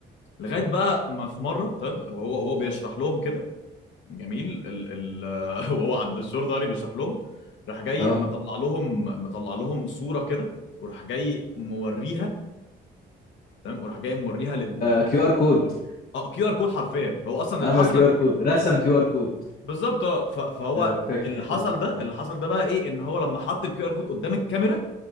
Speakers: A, on the left; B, on the left.
A: لغايه بقى ما في مره تمام وهو وهو بيشرح لهم كده جميل ال ال <laughs> آه، وهو عند الشرطه يعني بيشرح لهم راح جاي
B: اه
A: مطلع لهم مطلع لهم صوره كده وراح جاي موريها تمام وراح جاي موريها للكاميرا
B: كيو ار كود
A: اه كيو ار كود حرفيا هو اصلا اللي
B: عمل
A: حصل
B: كيو
A: قبل
B: ار
A: كده
B: كود رسم كيو ار كود
A: بالظبط اه ف- فهو
B: آه، فاكر
A: اللي
B: الحته
A: حصل
B: دي
A: ده
B: اه
A: اللي حصل ده بقى ايه ان هو لما حط الكيو ار كود قدام الكاميرا